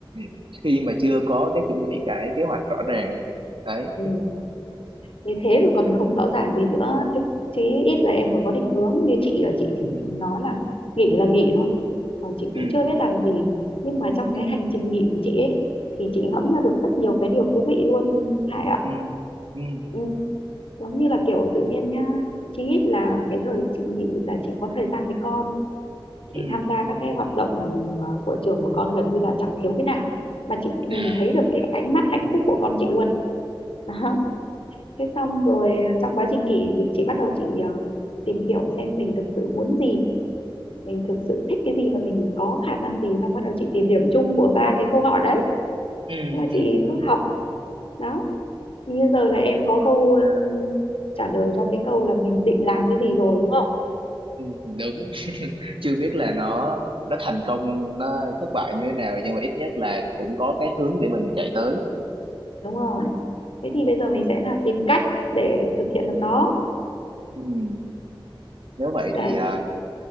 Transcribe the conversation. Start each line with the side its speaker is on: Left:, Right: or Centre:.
Right: <laughs> khi mà chưa có cái chuẩn bị cái kế hoạch rõ ràng đấy
Left: Ừ. như thế rồi còn không rõ ràng gì nữa chứ chí ít là em còn có định hướng như chị là chị
Right: ừ
Left: chỉ nói là nghỉ là nghỉ thôi còn chị
Right: ừ
Left: cũng chưa biết làm gì nhưng mà trong
Right: ừ
Left: cái hành trình nghỉ của chị ấy thì chị ngẫm ra được rất nhiều cái điều thú vị luôn Hải ạ
Right: ừ ừ
Left: ừ. giống như là kiểu tự nhiên nhá chí ít là cái thời chị nghỉ là chị có thời gian với con chị
Right: ừ
Left: tham gia các cái hoạt động ờ, của trường của con gần như là chẳng thiếu cái nào mà chị nhìn
Right: à
Left: thấy được cái ánh mắt hạnh phúc của con chị luôn <laughs> Đó. thế xong rồi ờ, trong quá trình nghỉ thì chị bắt đầu chị ờ, tìm hiểu xem mình thực sự muốn gì mình thực sự thích cái gì và mình có khả năng gì xong bắt đầu chị tìm điểm chung của ba cái câu hỏi đấy
Right: ừ
Left: thế là
Right: ừ
Left: chị
Right: ừ
Left: cứ học đó như giờ là em có câu ờ, trả lời cho cái câu là mình định làm cái gì rồi đúng không
Right: ừ đúng <laughs> chưa biết là nó nó thành công nó thất bại như thế nào nhưng mà ít nhất là cũng có cái hướng để mình chạy tới
Left: đúng rồi thế thì bây giờ mình sẽ là tìm cách để thực hiện được nó
Right: ừ. nếu vậy
Left: đấy
Right: thì à,